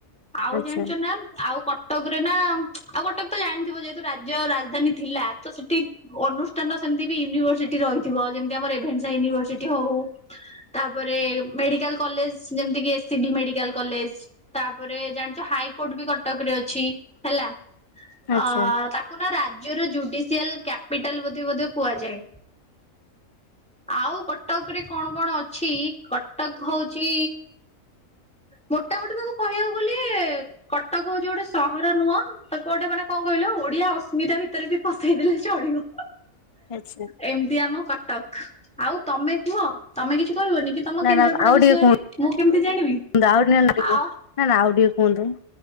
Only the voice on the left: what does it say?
ଆଚ୍ଛା
ଆଚ୍ଛା
ଆଚ୍ଛା।
ନା
ନା ଆଉ
ଟିକେ କୁହନ୍ତୁ
<unintelligible> ନା ନା
ଆଉଟିକେ କୁହନ୍ତୁ।